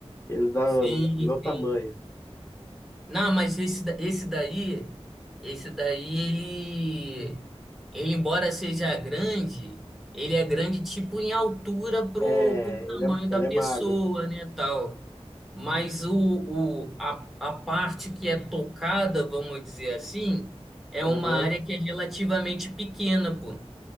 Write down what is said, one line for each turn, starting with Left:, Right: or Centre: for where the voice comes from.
Left: ele dá
Centre: Sim,
Left: o meu tamanho.
Centre: sim. Não, mas esse, da- esse daí, esse daí, ele, ele, embora seja grande, ele é grande tipo em altura pro,
Left: É,
Centre: pro tamanho
Left: ele é,
Centre: da
Left: ele
Centre: pessoa,
Left: é magro.
Centre: né, tal. Mas o, o, a, a parte que é tocada, vamos dizer assim, é
Left: Aham.
Centre: uma área que é relativamente pequena, pô.